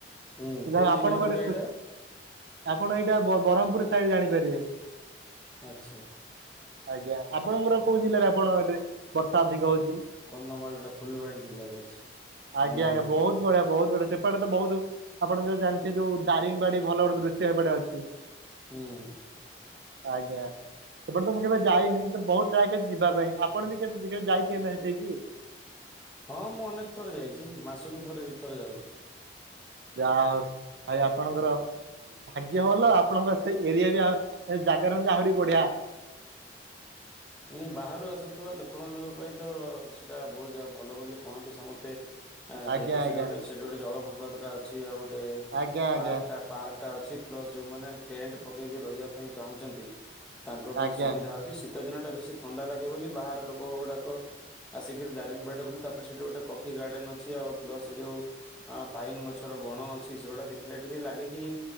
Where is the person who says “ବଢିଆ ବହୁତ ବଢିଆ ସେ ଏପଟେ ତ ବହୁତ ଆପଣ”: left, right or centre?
Right